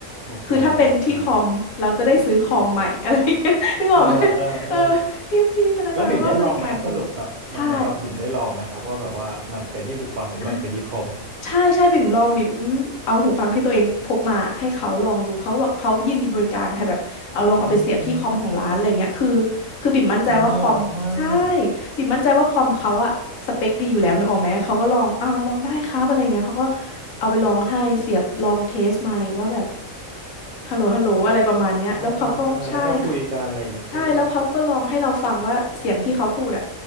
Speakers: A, on the right (about 60°); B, on the left (about 75°).
A: หูฟังเออ
B: คือถ้าเป็นที่คอมเราจะได้ซื้อคอมใหม่ <laughs> อะไรอย่างเงี้ยนึกออกไหม
A: เออเออเออ
B: เออพี่พี่พนักงานเขาก็บริการดี
A: แล้วบิ่มได้ลองไหมสรุปแบบมันเหมือนแบบบิ่มได้ลองไหมครับว่าแบบว่ามันเป็นที่หูฟังหรือว่ามันเป็นที่คอม
B: ใช่อ่ะ ใช่ใช่บิ่มลองบิ่มเอาหูฟังที่ตัวเองพกมาให้เขาลองดูเขาก็แบบเขายินดีบริการให้แบบเอาลองเอาไปเสียบที่คอมของร้านอะไรเงี้ยคือ
A: อืม
B: คือบิ่มมั่นใจว่าคอมใช่
A: เออน่ารักมาก
B: บิ่มมั่นใจว่าคอมเขาอะสเปคดีอยู่แล้วนึกออกไหมเขาก็ลองอ้าวลองได้ครับอะไรเงี้ยเขาก็เอาไปลองให้เสียบลองเทสไมค์ว่าแบบฮัลโหลฮัลโหลอะไรประมาณเนี้ยแล้วเขาก็ใช่
A: เออเออเออแล้วก็คุยกันอะไรอย่างเงี้ยใช่ป่ะ
B: ใช่แล้วเขาก็ลองให้เราฟังว่าเสียงที่เขาพูดอ่ะ